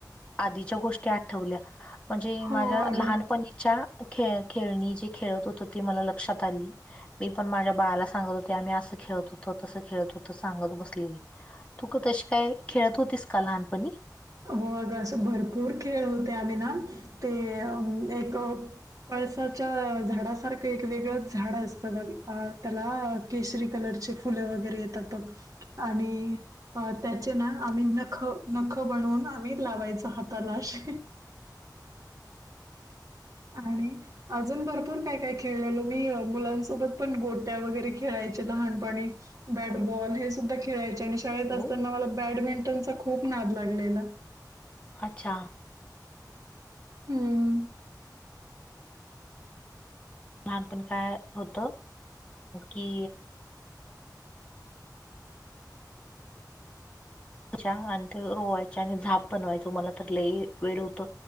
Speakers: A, on the left; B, on the right.
A: आधीच्या गोष्टी आठवल्या म्हणजे
B: हो
A: माझ्या
B: अगं.
A: लहानपणीच्या खेळ खेळणी जे खेळत होत तेी मला लक्षात आली मी पण माझ्या बाळाला सांगत होते आम्ही असं खेळत होत तसं खेळत होत सांगत बसलेली तू का तशी काय खेळत होतीस का लहानपणी
B: हो अगं असं भरपूर खेळ होते आम्ही ना ते एक पळसाच्या झाडासारखं एक वेगळंच झाड असतं मग त्याला केसरी कलरचे फुलं वगैरे येतात बग आणि त्याचे ना आम्ही नख न बनवून आम्ही लावायच हातालाश आणि अजून भरपूर काय काय खेळलेलो मी मुलांसोबत पण गोट्या वगैरे खेळायचे लहानपणी बॅटबॉल हे सुद्धा खेळायचे आणि शाळेत
A: हो
B: असताना मला बॅडमिंटनचा खूप नाद लागलेला
A: अच्छा
B: हम्म
A: लहानपण काय होत की आणि ते रोवायच्या आणि झाप बनवायचं मला तर ल वेळ होत